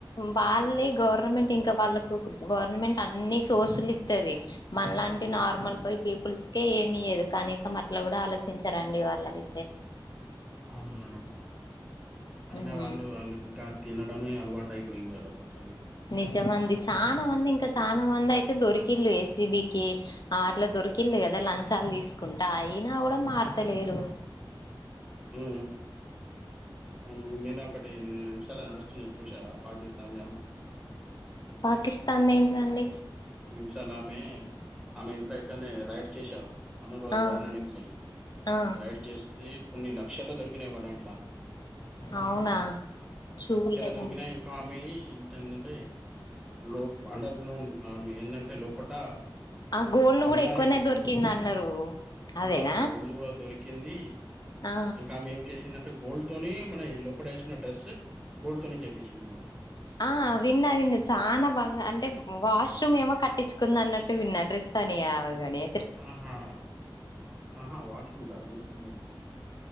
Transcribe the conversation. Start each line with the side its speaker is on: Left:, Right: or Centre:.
Left: వాళ్ళే
Centre: ఉమ్,
Left: గవర్నమెంట్ ఇంకా వాళ్ళకు గవర్నమెంట్ అన్ని సోర్సులు ఇస్తది మనలాంటి
Centre: ఉమ్.
Left: నార్మల్ పో పీపుల్స్కే ఏమీయదు కనీసం అట్లా కూడా ఆలోచించారండి వాళ్ళ అయితే
Centre: అవున మేడం అయినా
Left: ఉమ్
Centre: వాళ్ళు వాళ్ళకు కా తినడమే అల్వా టైపోయింది అలకు మొత్తానికి
Left: నిజమండీ చాలా మంది ఇంకా చాలా మంది అయితే దొరికిళ్ళు ఏసిబికె అట్లా దొరికిలు కదా లంచాలు తీసుకుంటా అయినా కూడా మారతలేరు
Centre: ఉ ఉ మీ ఒకటి ఇంస్టాలో నడుస్తుంది చూసారా పాకిస్తాన్ది అమ్మాయి
Left: పాకిస్తాన్ ది ఏంటిదండి
Centre: నిమిషాలు ఆమె ఆమె ఇంట్లో ఇట్లనే రైడ్ చేశారు ఆమె కూడా
Left: ఆ
Centre: గవర్నమెంట్ ఇంట్లో అయ్యి
Left: ఆ
Centre: రైడ్ చేస్తే కొన్ని లక్షలు దొరికినయ్ వాళ్ళ ఇంట్లా
Left: అవునా చూలేదండి
Centre: దొరికినాయి ఆమె ఏంటంటే లో అండర్ గ్రౌండ్ ఉ ఆమె ఏందంటే లోపట
Left: ఆ గోల్డ్
Centre: బంగారం
Left: కూడా ఎక్కువనే దొరికింది అన్నారు
Centre: ఆ
Left: అదేనా
Centre: గోల్డ్ కూడా దొరికింది
Left: ఆ
Centre: ఇంకా ఆమె ఏం చేసిందంటే గోల్డ్ తోని మన లోపల వేకున్న డ్రెస్ గోల్డ్ తోని చేయిచింది మేడం
Left: ఆ విన్నా విన్నా చాలా బంగ అంటే వాష్‌రూమ్మ్ ఏమో కట్టించుకుందన్నట్టు విన్నా రెస్ సని అవుగాని
Centre: ఆహా హా వాయిస్ అని కాదు అమ